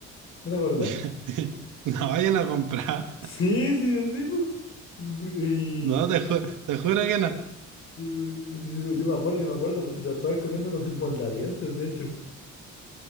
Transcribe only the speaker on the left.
¿No te acordáis?
<laughs>
Sí, sí, sí, po. Y,
y- yo yo me acuerdo, yo me acuerdo, porque te lo estabas comiendo con el moldadientes, de hecho.